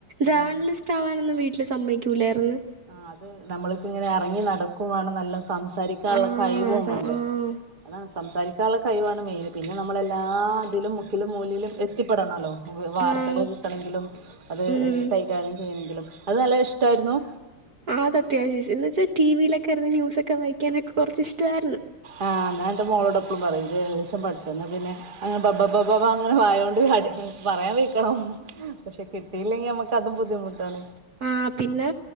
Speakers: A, on the right; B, on the right.
A: ജേർണലിസ്റ്റ്
B: ആ
A: ആവാനൊന്നും വീട്ടില് സമ്മയിക്കൂലായിർന്ന്
B: ആഹ് അത് നമ്മള്ക്ക്ങ്ങനെ എറങ്ങി നടക്കുവാണം നല്ല സംസാരിക്കാള്ള
A: ആഹ്
B: കഴിവും
A: ആഹ്
B: വേണ്ടേ അ സംസാരിക്കാനുള്ള സംസാരിക്കാള്ള കഴിവാണ് മെയിന് പിന്നെ നമ്മളെല്ലാ ഇതിലും മുക്കിലും മൂലിലും എത്തിപ്പെടണല്ലോ വാർത്തകൾ
A: ആഹ്
B: കിട്ടണെങ്കിലും അത്
A: ഉം
B: കൈകാര്യം ചെയ്യണെങ്കിലും അത് നല്ല ഇഷ്ട്ടായിരുന്നു
A: അത് അത്യാവശ്യഷ് എന്ന് വെച്ചാ ടിവിലൊക്കെ ഇര്ന്ന് ന്യൂസൊക്കെ വായിക്കാനൊക്കെറച്ച് ഇഷ്ട്ടാര്ന്നു
B: ആഹ് ഞാൻ ഇന്റെ മോളോട് എപ്പളും പറയും ജേർണലിസം പഠിച്ചോ ഇന്നാ പിന്നെ അങ്ങനെ ബബബബാ അങ്ങനെ വായോണ്ട് അട് പറയാൻ വെയ് ക്കണം പക്ഷെ കിട്ടിയില്ലെങ്കി നമ്മക്ക് അതും ബുദ്ധിമുട്ടാണ്.
A: ആഹ് പിന്നെ